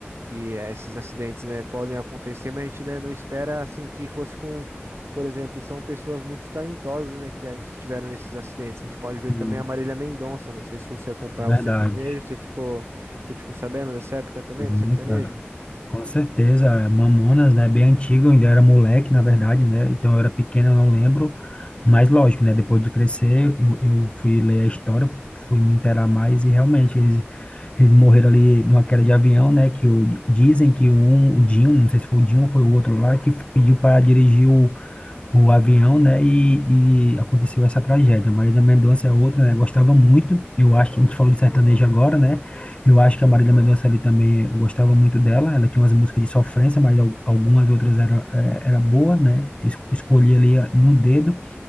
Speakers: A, on the right; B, on the left.
A: que eh, esses acidentes, né, podem acontecer, mas a gente, né, não espera, assim, que fosse com, por exemplo, são pessoas muito talentosas, né, que, que estiveram nesses acidentes. A gente pode
B: Sim,
A: ver também a Marília Mendonça, não sei se você acompanhava
B: verdade.
A: o sertanejo, você ficou, você ficou sabendo dessa época também,
B: Sim,
A: no sertanejo?
B: cara. Com certeza, é, Mamonas, né, bem antigo, eu ainda era moleque, na verdade, né, então eu era pequeno, eu não lembro, mas lógico, né, depois de crescer, eu, eu fui ler a história, fui me inteirar mais e realmente eles, eles morreram ali numa queda de avião, né, que o, dizem que um, o Dinho, não sei se foi o Dinho ou foi o outro lá, que pediu para dirigir o, o avião, né? E, e aconteceu essa tragédia. Marília Mendonça é outra, né? Gostava muito. Eu acho que a gente falou de sertanejo agora, né? Eu acho que a Marília Mendonça ali também eu gostava muito dela. Ela tinha umas músicas de sofrência, mas al- algumas outras era, é, era boa, né? Es- Escolhi ali ah, no dedo,